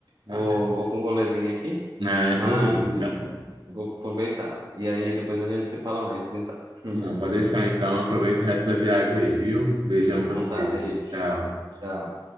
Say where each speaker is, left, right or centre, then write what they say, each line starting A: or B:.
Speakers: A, on the right; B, on the right.
A: Vou,
B: Ah,
A: vou pra um rolezinho aqui.
B: ah, aproveita
A: Mas
B: então.
A: vou aproveitar. E aí depois a gente se fala mais, então. Hum.
B: Não, pode deixar então. Aproveita o resto da viagem aí, viu? Beijão pra
A: Então
B: você.
A: tá, beijo.
B: Tchau.
A: Tchau.